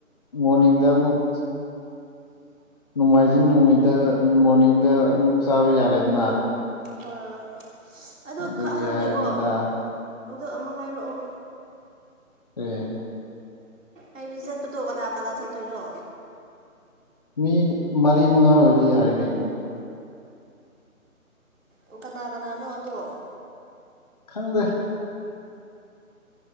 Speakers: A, on the left; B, on the right.
A: ꯃꯣꯔꯅꯤꯡꯗ ꯑꯃꯨꯛ ꯅꯣꯡꯃꯥꯏꯖꯤꯡ ꯅꯣꯡꯃꯤꯠꯇ ꯃꯣꯔꯅꯤꯡꯗ ꯑꯃꯨꯛ ꯆꯥꯕ ꯌꯥꯔꯦꯗꯅ꯫
B: ꯍꯣꯏ ꯑꯗꯨ
A: ꯑꯗꯨꯒꯤ
B: ꯈ ꯈꯪꯗꯦꯀꯣ
A: ꯍꯥꯏꯕꯅꯤꯗ
B: ꯑꯗꯨ ꯑꯃꯨꯛ ꯍꯥꯏꯔꯛꯑꯣ
A: <unintelligible>
B: ꯑꯩꯗꯤ ꯆꯠꯄꯗꯣ ꯀꯅꯥ ꯀꯅꯥ ꯆꯠꯇꯣꯏꯅꯣ
A: ꯃꯤ ꯃꯔꯤ ꯃꯉꯥ ꯑꯣꯏꯗꯤ ꯌꯥꯔꯦ ꯀꯩꯅꯣ
B: ꯑꯣ ꯀꯅꯥ ꯀꯅꯥꯅꯣ ꯑꯗꯣ
A: ꯈꯪꯗꯦ